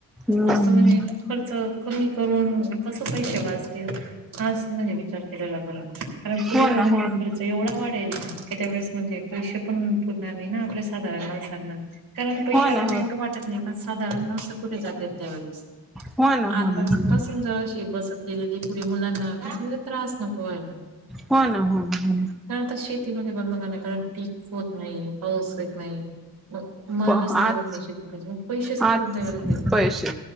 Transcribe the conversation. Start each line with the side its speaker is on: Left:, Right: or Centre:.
Centre: हम्म
Right: असं म्हणजे खर्च कमी करून कस पैसे वाचतील आज म्हजे विचार केला बर कारण पुढे
Centre: हो
Right: जाऊन
Centre: ना
Right: म्हणजे
Centre: हो ना
Right: खर्च एवढा वाट त्या वेळेस म्हणजे पैसे पण पुरणार नाही ना आपले साधारण माणसांना. कारण पैशाला
Centre: हो ना
Right: नाही
Centre: हो
Right: एवढं वाटत नाही पण साधारण माणसं कुठे जात तर त्या वेळीस
Centre: हो ना
Right: आतापासून
Centre: हो ना
Right: जर अशी बसत गेलेली पुढ मुलांना कस त्रास नको व्हायला.
Centre: हो ना हो ना
Right: आता शेतीमध्ये बंद बघाणार कारण पीक होत नाही पाऊस येत नाही. मग मालच
Centre: आज
Right: तयार होत नाही शेतीला मग पैसेच
Centre: आज
Right: कुठून तयार होतील
Centre: पैसे